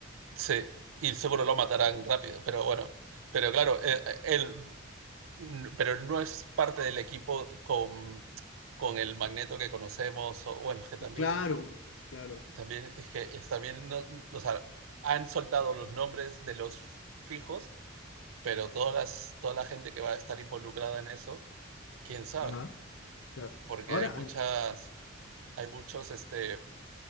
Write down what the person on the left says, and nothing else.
Claro, claro.
Ajá, claro.
Ahora,